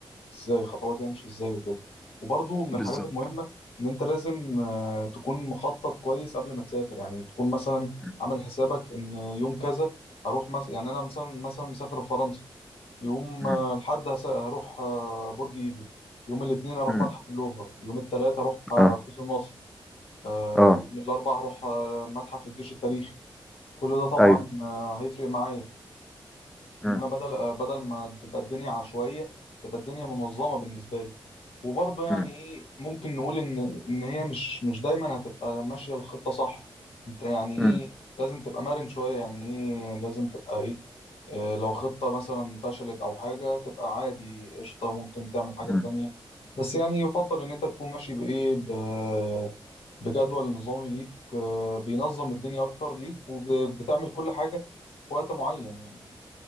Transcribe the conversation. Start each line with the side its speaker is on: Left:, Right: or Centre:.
Left: ازاي خطواتي همشي ازاي وكده وبرضو من
Centre: بالظبط
Left: الحاجات المهمة ان انت لازم آه، تكون مخطط كويس قبل ما تسافر يعني تكون مثلا
Centre: مم.
Left: عامل حسابك ان يوم كذا هروح مثلا يعني انا مثلا مثلا مسافر في فرنسا يوم
Centre: مم.
Left: آه، الحد هس- هروح آه، برج ايفل يوم الاثنين هروح
Centre: مم.
Left: متحف اللوفر يوم الثلاثة هروح آه،
Centre: اه
Left: قوس النصر آه،
Centre: اه
Left: يوم الاربعاء هروح آه، متحف الجيش التاريخي كل ده طبعا
Centre: ايوه
Left: آه، هيفرق معايا
Centre: مم.
Left: ان انا بدل آه، بدل ما تبقى الدنيا عشوائيه تبقى الدنيا منظمه بالنسبه لي وبرضه يعني
Centre: مم.
Left: ايه ممكن نقول ان ان هي مش مش دايما هتبقى ماشيه الخطه صح انت يعني ايه
Centre: مم.
Left: لازم تبقى مرن شويه يعني ايه لازم تبقى ايه إيه لو خطه مثلا فشلت او حاجه تبقى عادي قشطه ممكن تعمل حاجه
Centre: مم.
Left: ثانيه بس يعني يفضل ان انت تكون ماشي بايه ب- بجدول نظامي ليك آه، بينظم الدنيا اكتر ليك وبتعمل كل حاجه في وقت معين يعني